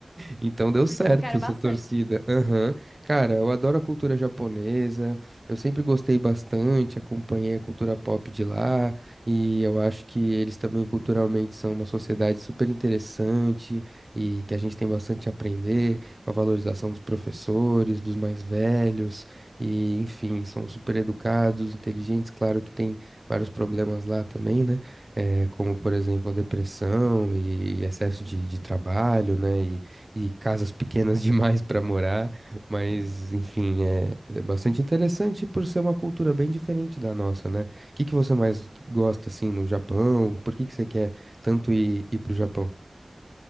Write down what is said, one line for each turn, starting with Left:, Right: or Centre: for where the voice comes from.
Right: Então deu
Left: porque
Right: certo
Left: eu quero bastante.
Right: sua torcida. Aham. Cara, eu adoro a cultura japonesa. Eu sempre gostei bastante, acompanhei a cultura pop de lá. E eu acho que eles também culturalmente são uma sociedade super interessante e que a gente tem bastante a aprender com a valorização dos professores, dos mais velhos. E, enfim, são super educados, inteligentes. Claro que tem vários problemas lá também, né? Eh, como, por exemplo, a depressão e excesso de, de trabalho, né? E e casas pequenas <laughs> demais para morar, mas enfim, é, é bastante interessante por ser uma cultura bem diferente da nossa, né? O que que você mais gosta assim no Japão? Por que que você quer tanto ir, ir pro Japão?